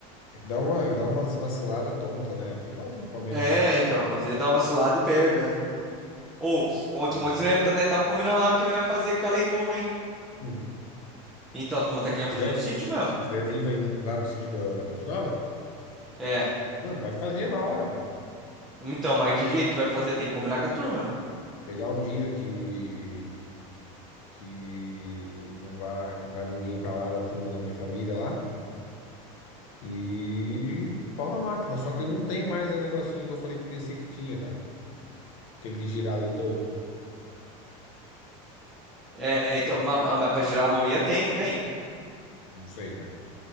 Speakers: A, on the left; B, in the centre.
A: É que dá uma, é que dá umas vaciladas tonta, né? Tem igual o time do Palmeiras
B: É,
A: mesmo.
B: então, às vezes dá uma vacilada e perde, né? Ou, ontem,
A: É.
B: ontem, né, tá- né, tava combinando lá que não vai fazer com a Leitoa, hein?
A: Hum.
B: Então, a turma tá querendo
A: Se tiver,
B: fazer no sítio mesmo.
A: se tiver vivo ainda lá no sítio da, da Ponte Nova,
B: É.
A: não, pode fazer na hora, velho.
B: Então, mas que jeito que vai fazer? Tem que combinar com a turma.
A: Pegar um dia que que não vá, que não vá ninguém pra lá da turma da minha família lá. E pau na máquina. Só que eu não tenho mais o negocinho que eu falei que eu pensei que tinha, cara. Aquele de girar a leitoa.
B: É, é, então, ma- ma- mas, pra girar a Mauia tem, não tem?
A: Não sei, cara.